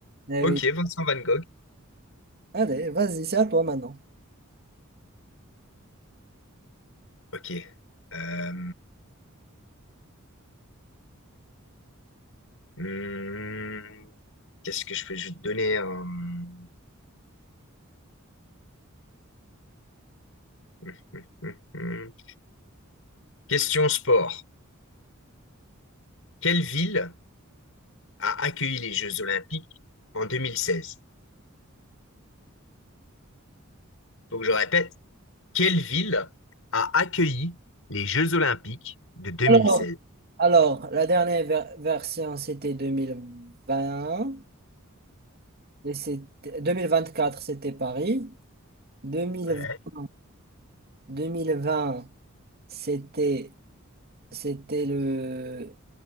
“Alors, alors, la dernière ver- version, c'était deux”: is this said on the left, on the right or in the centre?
Right